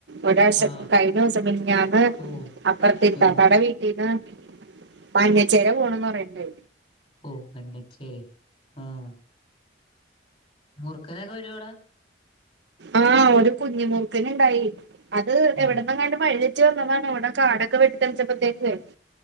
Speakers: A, on the right (about 70°); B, on the left (about 35°).
A: ഒരാഴ്ച
B: ആ
A: കഴിഞ്ഞുസം മിനിഞ്ഞാന്ന്
B: ഓ
A: അപ്പർതെ ഇത്താത്താന്റെ
B: ആ
A: വീട്ടീന്ന് മഞ്ഞച്ചേര പോണന്ന് പറഞ്ഞ്ട്ട്
B: ഓ മഞ്ഞച്ചേരെ ആഹ മൂർക്കനൊക്കെ വരുവോ അവിടെ
A: ആഹ് ഒരു കുഞ്ഞുമൂർക്കന് ഇണ്ടായി അത്
B: ഓ
A: എവിടുന്നെങ്ങാട്ട് വഴി തെറ്റി റ്റി വന്നതാണ് ഇവടെ കാടൊക്കെ വെട്ടിത്തെളിച്ചപ്പോഴത്തേക്ക്